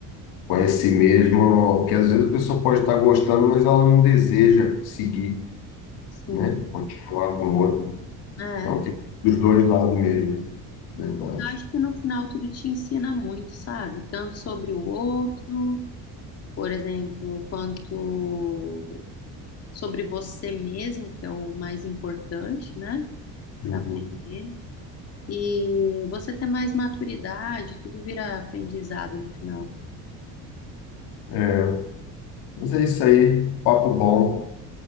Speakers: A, on the left (about 85°); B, on the left (about 40°).
A: com esse mesmo, porque às vezes a pessoa pode estar gostando, mas ela não deseja seguir,
B: sim.
A: né, continuar com o outro.
B: É, assim,
A: Então,
B: né?
A: tem dos dois lados mesmo. Verdade.
B: eu acho que no final tudo te ensina muito, sabe? Tanto sobre o outro, por exemplo, quanto sobre você mesmo, que é o mais importante, né? Se
A: Uhum.
B: aprender. E você tem mais maturidade, tudo vira aprendizado no final.
A: É, mas é isso aí. Papo bom.